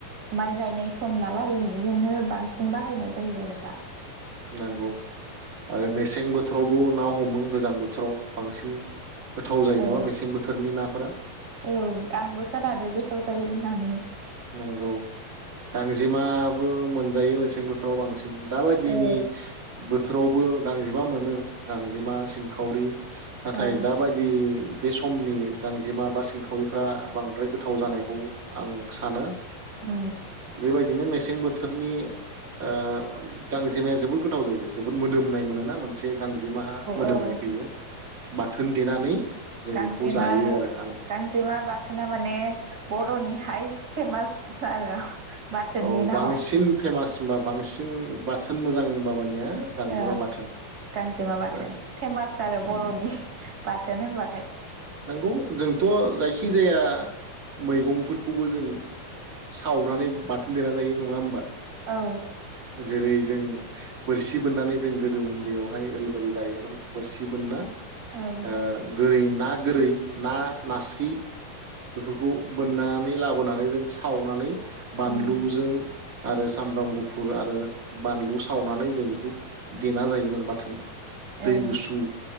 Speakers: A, on the right; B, on the right.
A: माइ गायनाय सम नालाय इदिजोंनो बांसिन बाहायनाय जायो आरो दा
B: नोंगौ आरो मेसेंबो थोरावबो ना हमो गोजां बोथोराव बांसिन गोथाव जायो
A: औ
B: नामा बेसें बोथोरनि ना फ्रा
A: औ आंबो खोनादो गोथाव जायो होननानै।
B: नंगौ गांजेमाबो मोनजायो मेसें बोथोराव बांसिन दाबायदिनि
A: औ
B: बोथोरावबो गांजेमा मोनो गांजेमा सिंखावरि नाथाय
A: औ
B: दाबायदि बे समनि गांजेमा बा सिंखावरिफ्रा बांद्राय गोथाव जानायखौ आं सानो
A: औ
B: बेबायदिनो मेसें बो थोरनि ओ गांजेमाया जोबोद गोथाव जायो जोबोद मोदोमनाय मोनोना मोनसे गांजेमाहा मोदोमनाय
A: औ
B: फैयो। बा थोन देनानै जों
A: गांजेमा
B: बेखौ जायो आरो आं
A: गांजेमा बाथोना माने बर'नि हाइस फेमास आरो बाथोननि
B: औ
A: नामाव
B: बांसिन फेमास होनबा बांसिन बा थोन मोजां बा मानिया गांजेमा
A: ओ
B: बाथोन
A: गांजेमा बाथोन।
B: आरो
A: फेमास आरो
B: उम
A: बरनि। बाथोन होनबाथाय
B: नंगौ जोंथ जायखि जाया मैगंफोरखौबो जों सावनानै बाथोन दोना जायो नङा होमबा
A: औ
B: जेरै जों बोरसि बोननानै जों गोदो उन्दैयावहाय ओरैबायादि जायोमोन बोरसि बोनना
A: औ
B: ओ गोरै ना गोरै ना नास्रि बेफोरखौ बोननानै ला बोनानै जों सावनानै बानलुजों
A: उम
B: आरो सामब्राम गुफुर आरो बानलु सावनानै जों बेखौ देना जायोमोन बाथोन। दै
A: औ
B: गुसु